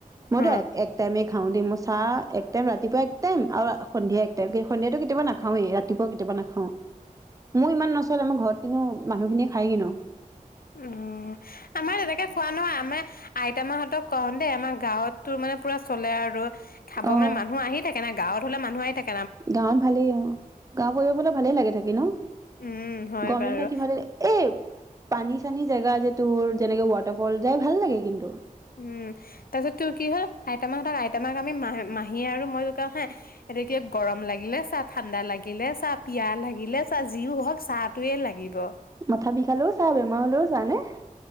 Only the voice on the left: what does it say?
হ
উম, আমাৰ তেনেকে খোৱা নহয় আমাৰ আইতামাহতক কওঁ দেই আমাৰ গাঁৱত তো মানে পুৰা চলে আৰু। খাব
মানে মানুহ আহি থাকে না। গাঁৱত হ'লে মানুহ আহি থাক
উম হয়
বাৰু
উম, তাৰ পিছত তোৰ কি হয় আইতা মাহঁতক আই তমাক আমি মাহ মাহী আৰু মই জোকাৱ হা এতিয়া কি গৰম লাগিলে চাহ ঠাণ্ডা লাগিলে চাহ পিয়াহ লাগিলে চাহ যিওঁ হওঁক চাহটোৱেই লাগিব।